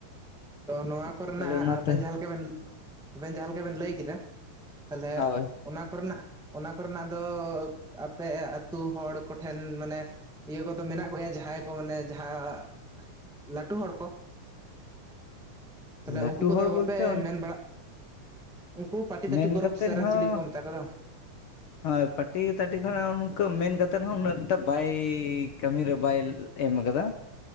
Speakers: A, in the centre; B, on the left.
A: ᱱᱚᱣᱟ ᱠᱚᱨᱮ
B: ᱛᱟᱦᱞᱮ
A: ᱱᱟᱜ
B: ᱚᱱᱟᱛᱮ
A: ᱟᱵᱮᱱ ᱡᱟᱦᱟᱸ ᱞᱮᱠᱟ ᱵᱮᱱ ᱟᱵᱮᱱ ᱡᱟᱦᱟᱸ ᱞᱮᱠᱟ ᱵᱮᱱ ᱞᱟᱹᱭ ᱠᱮᱫᱟ, ᱛᱟᱦᱞᱮ
B: ᱦᱳᱭ
A: ᱚᱱᱟ ᱠᱚᱨᱮ ᱱᱟᱜ, ᱚᱱᱟ ᱠᱚᱨᱮ ᱱᱟᱜ ᱫᱚ ᱟᱯᱮ ᱟᱹᱛᱩ ᱦᱚᱲ ᱠᱚᱴᱷᱮᱱ ᱢᱟᱱᱮ ᱤᱭᱟᱹ ᱠᱚᱫᱚ ᱢᱮᱱᱟᱜ ᱠᱚᱜᱮᱭᱟ, ᱡᱟᱦᱟᱸᱭ ᱠᱚ ᱢᱟᱱᱮ ᱡᱟᱦᱟᱸ ᱞᱟᱹᱴᱩ ᱦᱚᱲ ᱠᱚ᱾ ᱛᱟᱦᱞᱮ
B: ᱞᱟᱹᱴᱩ
A: ᱩᱱᱠᱩ ᱠᱚᱫᱚ
B: ᱦᱚᱲ
A: ᱵᱟᱯᱮ
B: ᱵᱚᱞᱛᱮ
A: ᱢᱮᱱ ᱵᱟᱲᱟ ᱩᱝᱠᱩ ᱯᱟᱹᱴᱤ-
B: ᱢᱮᱱ
A: ᱫᱟᱹᱴᱤ ᱯᱚᱨᱚᱵ
B: ᱠᱟᱛᱮᱫ
A: ᱥᱮ ᱨᱮᱱ
B: ᱦᱚᱸ
A: ᱪᱤᱞᱤ ᱠᱚ ᱢᱮᱛᱟ ᱠᱚ ᱫᱚ
B: <inaudible> ᱦᱳᱭ ᱯᱟᱴᱤ- ᱛᱟᱴᱤ ᱠᱷᱚᱱᱚ ᱩᱱᱠᱩ ᱢᱮᱱ ᱠᱟᱛᱮ ᱦᱚᱸ ᱩᱱᱟᱹᱜᱴᱟ ᱵᱟᱭ ᱠᱟᱹᱢᱤ ᱨᱮ ᱵᱟᱭ ᱮᱢ ᱠᱟᱫᱟ,